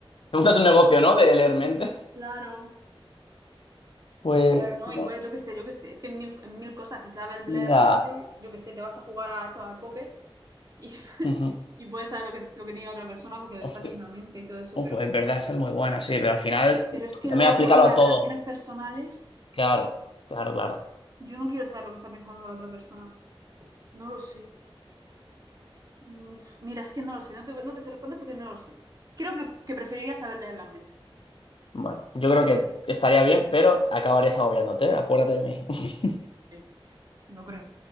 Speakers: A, on the left (about 65°); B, on the right (about 40°).
A: Te montas un negocio, ¿no? De leer mente.
B: Claro.
A: Pues,
B: Claro, ¿no?
A: no,
B: Y puedes, yo qué sé, yo qué sé. Es que en mil, en mil cosas, si sabes leer
A: ya.
B: la mente, yo qué sé, te vas a jugar a esto, al póker y, <laughs>
A: Ujú.
B: y puedes saber lo que, lo que tiene la otra persona porque le
A: Hostia.
B: estás leyendo la mente y todo eso.
A: Oh,
B: Pero,
A: pues es verdad, esa es muy buena, sí, pero al final
B: pero es que
A: también
B: luego
A: aplícalo
B: en las
A: a todo.
B: relaciones personales.
A: Claro, claro, claro.
B: Yo no quiero saber lo que está pensando la otra persona. No lo sé. Mm, pf, Mira, es que no lo sé. No te, no te sé responder porque no lo sé. Creo que, que preferiría saber leer la mente.
A: Bueno, yo creo que estaría bien, pero acabarías agobiándote, acuérdate de mí. <laughs>
B: Sí, lo creo.